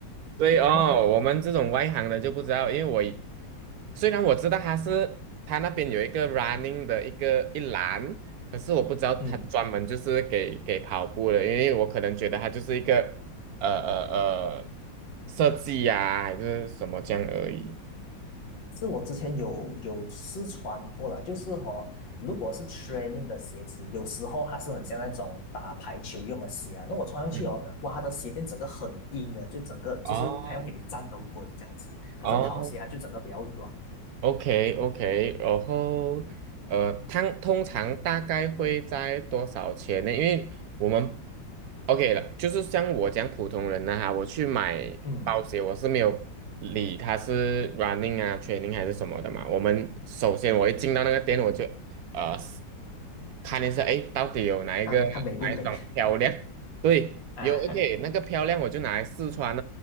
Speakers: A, on the right; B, on the left.
A: 所以哦，
B: <laughs>
A: 我们这种外行的就不知道，因为我以虽然我知道它是它那边有一个 running 的一个一栏，可是我不知道它专门就是给给跑步的，
B: 嗯。
A: 因为我可能觉得它就是一个呃呃呃设计呀、还是什么这样而已。
B: 是我之前有有试穿过了，就是哦，如果是 training 的鞋子，有时候还是很像那种打排球用的鞋啊。那我穿上去哦，
A: 嗯，
B: 哇，它的鞋垫整个很硬的，就整个就是它要给你站得稳这样子。
A: 哦
B: 可是跑鞋它就整个比较软。
A: 哦 OK OK，然后呃，
B: 嗯
A: 它通常大概会在多少钱呢？因为我们 OK 了，就是像我讲普通人呢哈，我去买保险，
B: 嗯，
A: 我是没有理它是 running 啊、training 还是什么的嘛。我们首先我一进到那个店，我就呃看一下，哎，到底有哪一个哪一双漂亮？
B: 看看美不美
A: <laughs> 对，
B: <laughs> 啊？
A: 有 OK 那个漂亮，
B: <laughs>
A: 我就拿来试穿